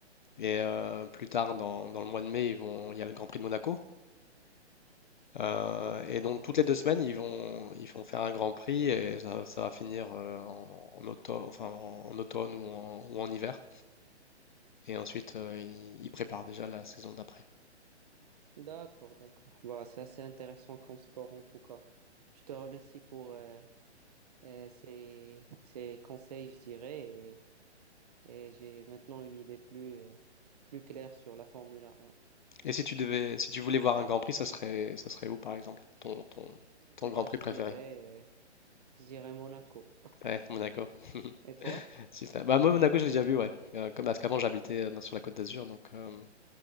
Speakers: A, on the left; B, on the right.
A: Et euh, plus tard, dans, dans le mois de mai, ils vont, il y a le Grand Prix de Monaco. Euh, et donc, toutes les deux semaines, ils vont, ils vont faire un Grand Prix et ça, ça va finir euh, en, en auto- enfin, en, automne ou en, ou en hiver. Et ensuite, euh, ils ils préparent déjà la saison d'après.
B: D'accord, d'accord. Bah, c'est assez intéressant comme sport en tout cas. Je te remercie pour euh, euh, ces, ces conseils, je dirais, et, et j'ai maintenant une idée plus, euh, plus claire sur la Formule 1.
A: Et si tu devais, si tu voulais voir un Grand Prix, ça serait, ça serait où par exemple? Ton, ton, ton
B: Bah,
A: Grand Prix
B: je
A: préféré?
B: dirais, euh, je dirais Monaco.
A: Ouais, Monaco. <laughs>
B: Et toi?
A: Super. Bah moi Monaco, je l'ai déjà vu, ouais. Euh, comme parce qu'avant j'habitais euh, dans- sur la Côte d'Azur, donc euh,